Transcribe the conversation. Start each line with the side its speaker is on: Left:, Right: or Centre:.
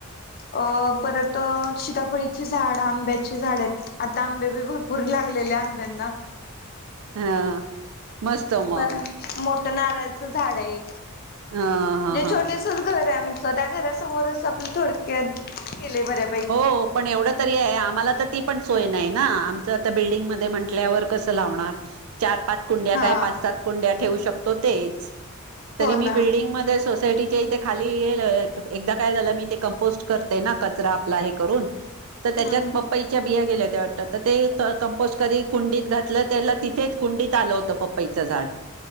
Left: अं परंत सीताफळीचे झाडं आंब्याचे झाडं आहेतं आंता आंबे भरपूंरी लागलेल्या आंब्यांना
Right: हां मस्तंच
Left: पणं मोठ नारळाचं झाडं आहे
Right: हा हा
Left: जे
Right: हा
Left: छोटे असं घरं आहे आमचं त्यां घरांसमोरच आपणं थोडं कयांत केअर केले बरे
Right: हो पणं एवढं तरी आम्हांला तरं ती पणं सोय नाहीं नां आमचं आंता बिल्डिंगमध्यें म्हटल्यांवर कसं लावणारं चार पांच कुंड्या
Left: हा
Right: कां पांच सात कुंड्या ठेवूं शकतो तेचं
Left: हो
Right: तरी मी
Left: ना
Right: बिल्डिंगमध्ये सोसांयटीच्या इ ते खांली ये एकदाचं कायं झालं मी ते कमपोस्ट करं ते नां कचरां आपलां हे करूंन तरं त्यांच्यात
Left: हम्म हम्म.
Right: पप्पईच्या बिया गेल्यां होत्यां वाटतं. आंता ते कंपोस्ट कधीं कुंडीत घातलं त्यांला तिथेच कुंडीत आलं होतं पप्पईचं झाडं